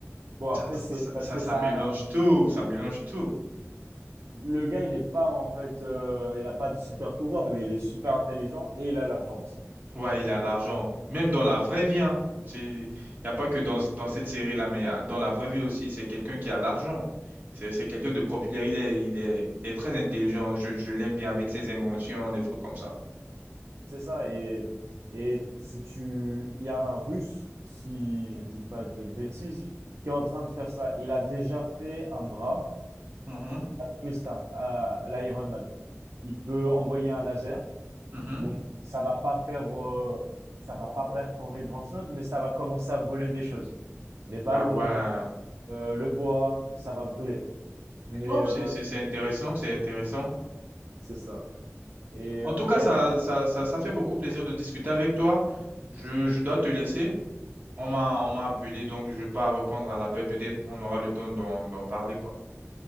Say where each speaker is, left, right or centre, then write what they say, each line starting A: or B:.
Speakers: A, on the right; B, on the right.
A: Bon, après,
B: Ça, ça,
A: c'est parce
B: ça,
A: que
B: ça
A: ça,
B: mélange tout, ça mélange tout.
A: le gars, il est pas en fait, euh, il a pas de super pouvoir, mais il est super intelligent et il a l'argent.
B: Ouais, il a l'argent. Même dans la vraie vie, hein. C'est, y a pas que dans, dans cette série-là, mais euh, dans la vraie vie aussi, c'est quelqu'un qui a l'argent. C'est, c'est quelqu'un de populaire. Il est, il est, il est très intelligent. Je, je l'aime bien avec ses inventions, des trucs comme ça.
A: C'est ça. Et, et si tu, il y a un Russe, si je dis pas de bêtises, qui est en train de faire ça. Il a déjà fait un bras.
B: Mhm,
A: Tony Stark à, à l'Iron Man. Il peut envoyer un laser.
B: mhm.
A: Donc, ça va pas faire, euh, ça va pas perforer grand-chose, mais ça va commencer à brûler des choses. Les ballons,
B: Ah ouais.
A: euh, le bois, ça va brûler. Mais
B: oh
A: euh,
B: c'est, c'est, c'est intéressant, c'est intéressant.
A: c'est ça. Et
B: En
A: euh,
B: tout cas,
A: il y
B: ça,
A: a des...
B: ça, ça, ça fait beaucoup plaisir de discuter avec toi. Je,
A: Hmm,
B: je dois te laisser. On m'a, on m'a appelé, donc je ne vais pas répondre à l'appel. Peut-être on aura le temps d'en, d'en parler, quoi.